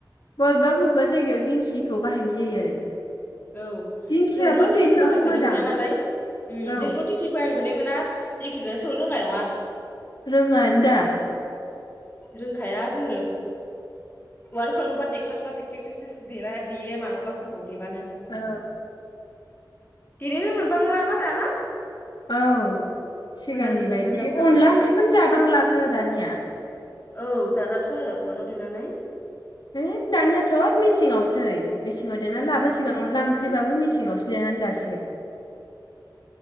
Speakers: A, on the left (about 70°); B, on the left (about 25°).
A: बबेबा बबेबा जायगायाव दिंखिखौ बाहायनाय जायो आरो
B: औ
A: दिंखियाबो
B: जोंथ दिंखि
A: बेनो
B: बाहायफेरनो
A: मोजाङानो
B: मोना नालाय उम
A: औ
B: जोंथ दिंखि बाहायबोनाय मोना दिंखिखोनो सौ रोंनाय नङा
A: रोङान दा
B: रोंखाया जोङो वालखौनोबा देथारला <unintelligible> देयो मालाबा देबानो
A: औ।
B: देनोनो मोनफ्लांलाबा दाना
A: औ। सिगांनि
B: मोजांनिफ्राय
A: बायदि
B: मोजां जालांबाय
A: अनला ओंख्रिखौनो जाबांलासो दानिया।
B: औ जालाथ' आरो उवालाव देनानै।
A: ए दानिया सब मेसिनावसै मेसिनाव देना
B: उम
A: लाबोसिगोन अनला ओंख्रिब्लाबो मेसिनावसो देनानै जासिगोन।